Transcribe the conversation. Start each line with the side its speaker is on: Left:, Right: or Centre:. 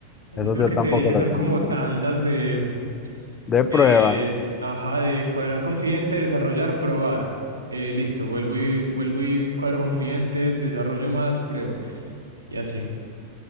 Right: Es
Left: Eso
Right: lo
Left: yo
Right: que
Left: tampoco
Right: te dije,
Left: lo
Right: son
Left: terminé
Right: como
Left: de
Right: tandas
Left: entender.
Right: de,
Left: De
Right: de,
Left: pruebas,
Right: ajá, de cuadrar con cliente, desarrollar, probar. Eh, listo, vuelvo y vuelvo y cuadro con cliente, desarrollo más, pruebo y así.